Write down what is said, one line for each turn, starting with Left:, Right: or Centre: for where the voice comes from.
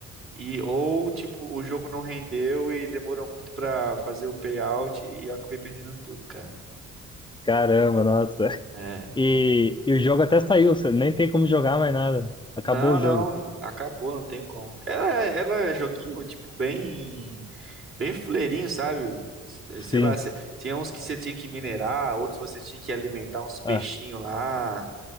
Right: e ou tipo, o jogo não rendeu e demorou muito pra fazer o payout e eu acabei perdendo tudo, cara.
Left: caramba, nossa.
Right: É.
Left: E, e o jogo até saiu, você nem tem como jogar mais nada. Acabou
Right: Não,
Left: o
Right: não,
Left: jogo.
Right: acabou, não tem como. Era, era joguinho tipo bem bem fuleirinho, sabe? S- Sei
Left: Sim.
Right: lá, cê- tinha uns que você tinha que minerar, outros você tinha que alimentar uns peixinhos
Left: Ah,
Right: lá.